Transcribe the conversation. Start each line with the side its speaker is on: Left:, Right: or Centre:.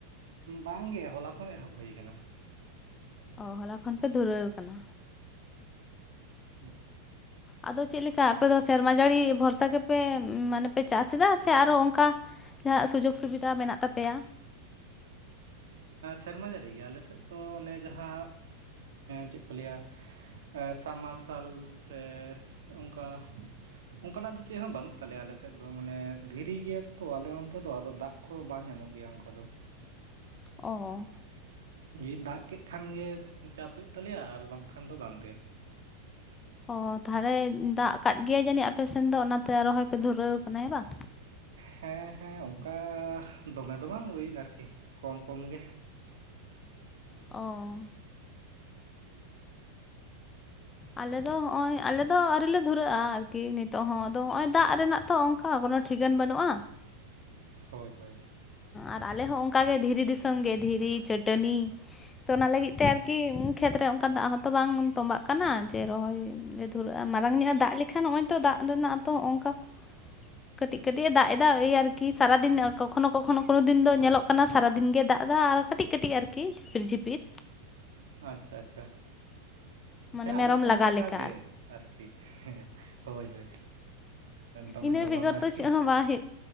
Right: ᱵᱟᱝᱜᱮ ᱦᱚᱞᱟ ᱠᱷᱚᱱ ᱮᱦᱚᱵ ᱦᱳᱭ ᱟᱠᱟᱱᱟ
Left: ᱚ ᱦᱚᱞᱟ ᱠᱷᱚᱱ ᱯᱮ ᱫᱷᱩᱨᱟᱹᱣ ᱠᱟᱱᱟ
Right: ᱦᱮᱸ
Left: ᱟᱫᱚ ᱪᱮᱫ ᱞᱮᱠᱟ ᱟᱯᱮ ᱫᱚ ᱥᱮᱨᱢᱟ ᱡᱟᱹᱲᱤ ᱵᱷᱚᱨᱥᱟ ᱜᱮ ᱯᱮ ᱢᱟᱱᱮ ᱯᱮ ᱪᱟᱥ ᱮᱫᱟ ᱥᱮ ᱟᱨᱚ ᱚᱱᱠᱟ ᱡᱟᱦᱟᱱᱟᱜ ᱥᱩᱡᱳᱜᱽ ᱥᱩᱵᱤᱫᱟ ᱢᱮᱱᱟᱜ ᱛᱟᱯᱮᱭᱟ
Right: ᱥᱮᱨᱢᱟ ᱡᱟᱹᱲᱤ ᱜᱮ ᱟᱞᱮ ᱥᱮᱫ ᱫᱚ ᱚᱱᱮ ᱡᱟᱦᱟᱸ ᱪᱮᱫ ᱠᱚ ᱞᱟᱹᱭᱟ ᱥᱟᱢ ᱢᱟᱨᱥᱟᱞ ᱥᱮ ᱚᱱᱠᱟ ᱚᱱᱠᱟᱱᱟᱜ ᱫᱚ ᱪᱮᱫ ᱦᱚᱸ ᱵᱟᱹᱱᱩᱜ ᱛᱟᱞᱮ ᱟᱞᱮᱥᱮᱫ ᱫᱚ ᱢᱟᱱᱮ ᱫᱷᱤᱨᱤ ᱜᱮᱭᱟ ᱛᱚ ᱟᱞᱮ ᱱᱚᱱᱛᱮ ᱫᱚ ᱟᱫᱚ ᱫᱟᱜ ᱠᱚ ᱵᱟᱝ ᱧᱟᱢᱚᱜ ᱜᱮᱭᱟ ᱚᱱᱠᱟ ᱫᱚ
Left: ᱚ
Right: ᱡᱩᱫᱤ ᱫᱟᱜ ᱠᱮᱫ ᱠᱷᱟᱱ ᱜᱮ ᱪᱟᱥ ᱦᱩᱭᱩᱜ ᱛᱟᱞᱮᱭᱟ ᱟᱨ ᱵᱟᱝᱠᱷᱟᱱ ᱫᱚ ᱵᱟᱝᱜᱮ
Left: ᱚ ᱛᱟᱦᱚᱞᱮ ᱫᱟᱜ ᱟᱠᱟᱫ ᱜᱮᱭᱟᱭ ᱡᱟᱹᱱᱤᱡ ᱟᱯᱮ ᱥᱮᱱ ᱫᱚ ᱚᱱᱟᱛᱮ ᱨᱚᱦᱚᱭ ᱯᱮ ᱫᱷᱩᱨᱟᱹᱣ ᱟᱠᱟᱱᱟ ᱦᱮᱸ ᱵᱟᱝ
Right: ᱦᱮᱸ ᱦᱮᱸ ᱚᱱᱠᱟ ᱫᱚᱢᱮ ᱫᱚ ᱵᱟᱝ ᱳᱭ ᱟᱨᱠᱤ ᱠᱚᱢ ᱠᱚᱢ ᱜᱮ
Left: ᱚ ᱟᱞᱮᱫ ᱫᱚ ᱱᱚᱜᱼᱚᱭ ᱟᱞᱮ ᱫᱚ ᱟᱹᱣᱨᱤ ᱞᱮ ᱫᱷᱩᱨᱟᱹᱜᱼᱟ ᱟᱨᱠᱤ ᱱᱤᱛᱚᱜ ᱦᱚᱸ ᱟᱫᱚ ᱱᱚᱜᱼᱭ ᱫᱟᱜ ᱨᱮᱱᱟᱜ ᱛᱚ ᱚᱱᱠᱟ ᱠᱚᱱᱚ ᱴᱷᱤᱠᱟᱹᱱ ᱵᱟᱹᱱᱩᱜᱼᱟ
Right: ᱦᱳᱭ ᱦᱳᱭ
Left: ᱟᱨ ᱟᱞᱮ ᱦᱚᱸ ᱚᱱᱠᱟᱜᱮ ᱫᱷᱤᱨᱤ ᱫᱤᱥᱚᱢ ᱜᱮ ᱫᱷᱤᱨᱤ ᱪᱟᱹᱴᱟᱹᱱᱤ ᱛᱚ ᱚᱱᱟ ᱞᱟᱹᱜᱤᱫ ᱛᱮ ᱟᱨᱠᱤ ᱠᱷᱮᱛᱨᱮ ᱚᱱᱠᱟ ᱫᱟᱜ ᱦᱚᱸᱛᱚ ᱵᱟᱝ ᱛᱵᱟᱜ ᱠᱟᱱᱟ ᱡᱮ ᱨᱚᱦᱚᱭ ᱞᱮ ᱫᱷᱩᱨᱟᱹᱜ-ᱟ ᱢᱟᱨᱟᱝ ᱧᱚᱜᱼᱟ ᱫᱟᱜ ᱞᱮᱠᱷᱟᱱ ᱱᱚᱜ-ᱚᱭ ᱛᱚ ᱫᱟᱜ ᱨᱮᱱᱟᱜ ᱛᱚ ᱚᱱᱠᱟ
Right: <inaudible>
Left: ᱠᱟᱹᱴᱤᱡ ᱠᱟᱹᱴᱤᱡ ᱮ ᱫᱟᱜ ᱮᱫᱟ ᱮᱭ ᱟᱨᱠᱤ ᱥᱟᱨᱟ ᱫᱤᱱ ᱠᱚᱠᱷᱚᱱᱳ ᱠᱚᱠᱷᱚᱱᱳ ᱠᱳᱱᱳ ᱫᱤᱱ ᱫᱚ ᱧᱮᱞᱚᱜ ᱠᱟᱱᱟ ᱥᱟᱨᱟ ᱫᱤᱱ ᱜᱮ ᱫᱟᱜ ᱮᱫᱟ ᱟᱨ ᱠᱟᱹᱴᱤᱡ ᱠᱟᱹᱴᱤᱡ ᱟᱨᱠᱤ ᱡᱷᱤᱯᱤᱨ ᱡᱷᱤᱯᱤᱨ
Right: ᱟᱪᱪᱷᱟ ᱟᱪᱪᱷᱟ
Left: ᱢᱟᱱᱮ
Right: ᱦᱮᱸ ᱟᱞᱮ
Left: ᱢᱮᱨᱚᱢ
Right: ᱥᱮᱫ ᱦᱚᱸ
Left: ᱞᱟᱜᱟ
Right: ᱚᱱᱠᱟ
Left: ᱞᱮᱠᱟ
Right: ᱜᱮ ᱟᱨᱠᱤ ᱦᱮᱸ ᱦᱳᱭ ᱦᱳᱭ ᱫᱚᱢᱮ
Left: ᱤᱱᱟᱹ
Right: ᱫᱚ
Left: ᱵᱮᱜᱚᱨ
Right: ᱵᱟᱝ ᱟᱨᱠᱤ
Left: ᱛᱚ ᱪᱮᱫ ᱦᱚᱸ ᱵᱟᱝ ᱦᱩᱭᱩᱜ